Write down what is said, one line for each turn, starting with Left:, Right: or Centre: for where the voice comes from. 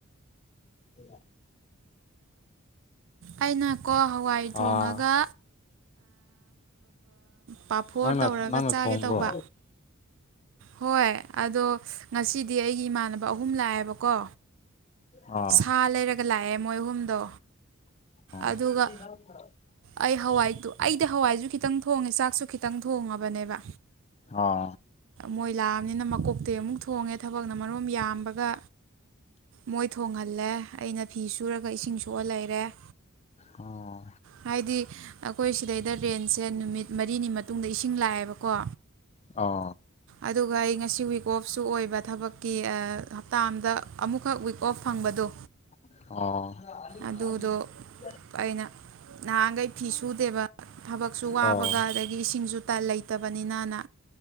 Left: ꯎ
Right: ꯑꯩꯅꯀꯣ ꯍꯋꯥꯏ
Left: ꯑꯥ
Right: ꯊꯣꯡꯉꯒ ꯄꯥꯐꯣꯔ
Left: ꯅꯪꯅ
Right: ꯇꯧꯔꯒ
Left: ꯅꯪꯅ
Right: ꯆꯥꯒꯦ
Left: ꯊꯣꯡꯕ꯭ꯔꯣ
Right: ꯇꯧꯕ ꯍꯣꯏ ꯑꯗꯣ ꯉꯁꯤꯗꯤ ꯑꯩꯒꯤ ꯏꯃꯥꯟꯅꯕ ꯑꯍꯨꯝ ꯂꯥꯛꯑꯦꯕꯀꯣ
Left: ꯑꯥ
Right: ꯁꯥ ꯂꯩꯔꯒ ꯂꯥꯛꯑꯦ ꯃꯣꯏ ꯑꯍꯨꯝꯗꯣ
Left: ꯑ
Right: ꯑꯗꯨꯒ ꯑꯩ ꯍꯋꯥꯏꯗꯨ ꯑꯩꯗꯤ ꯍꯋꯥꯏꯁꯨ ꯈꯤꯇꯪ ꯊꯣꯡꯉꯦ ꯆꯥꯛꯁꯨ ꯈꯤꯇꯪ ꯊꯣꯡꯉꯕꯅꯦꯕ
Left: ꯑꯣ
Right: ꯃꯣꯏꯂꯥꯑꯝꯅꯤꯅ ꯀꯣꯛꯇꯩ ꯑꯃꯨꯛ ꯊꯣꯡꯉꯦ ꯊꯕꯛꯅ ꯃꯔꯣꯝ ꯌꯥꯝꯕꯒ ꯃꯣꯏ ꯊꯣꯡꯍꯜꯂꯦ ꯑꯩꯅ ꯐꯤ ꯁꯨꯔꯒ ꯏꯁꯤꯡ ꯁꯣꯛꯑ ꯂꯩꯔꯦ
Left: ꯑꯣ <unintelligible>
Right: ꯍꯥꯏꯗꯤ ꯑꯩꯈꯣꯏ ꯁꯤꯗꯩꯗ ꯔꯦꯟꯁꯦ ꯅꯨꯃꯤꯠ ꯃꯔꯤꯅꯤ ꯃꯇꯨꯡꯗ ꯏꯁꯤꯡ ꯂꯥꯛꯑꯦꯕꯀꯣ
Left: ꯑꯣ
Right: ꯑꯗꯨꯒ ꯑꯩ ꯉꯁꯤ ꯋꯤꯛ ꯑꯣꯐꯁꯨ ꯑꯣꯏꯕ ꯊꯕꯛꯀꯤ ꯍꯞꯇꯥ ꯑꯗ ꯑꯃꯨꯛꯈꯛ ꯋꯤꯛ ꯑꯣꯐ ꯐꯪꯕꯗꯣ
Left: ꯑ
Right: ꯑꯗꯨꯗꯣ ꯑꯩꯅ ꯅꯍꯥꯟꯈꯩ ꯐꯤ ꯁꯨꯗꯦꯕ ꯊꯕꯛꯁꯨ ꯋꯥꯕꯒ
Left: ꯑꯥ
Right: ꯑꯗꯒꯤ ꯏꯁꯤꯡꯁꯨ ꯇꯟ ꯂꯩꯇꯕꯅꯤꯅꯅ